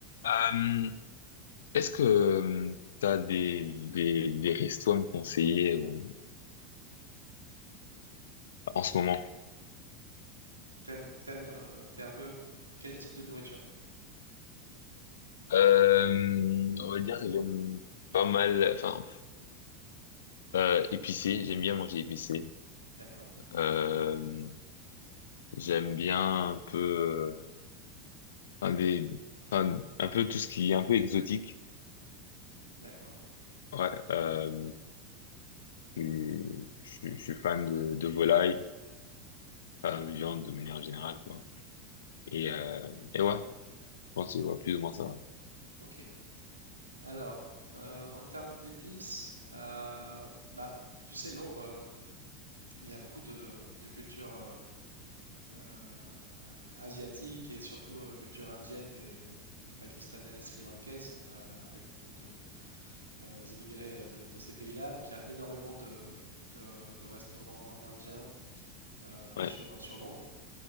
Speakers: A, on the left; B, on the right.
A: Euh, est-ce que tu as des, des, des restos à me conseiller ou- en ce moment?
B: T'aimes, t'aimes, euh, t'es un peu quel type de nourriture?
A: Euh, on va dire que j'aime pas mal, enfin, euh, épicé, j'aime bien manger épicé.
B: D'accord,
A: Euh, j'aime bien un peu, euh, enfin, des, enfin, un peu tout ce qui est un peu exotique.
B: d'accord,
A: Ouais, euh, je, je- je suis fan de, de volaille, enfin, de viande de manière générale, quoi. Et, euh, et ouais. On c'est voit plus ou moins ça va.
B: ok. Alors, euh, en termes d'épices, euh, bah, tu sais, Londres, euh, il y a beaucoup de, de culture euh, euh, euh, asiatique et surtout euh, culture indienne et, et pakistanaise, sri-lankaise, euh, avec beaucoup de, euh, d'immigrés euh, de, de ces pays-là. Donc, il y a énormément de, de- de restaurants indiens euh,
A: Ouais.
B: sur, sur Londres.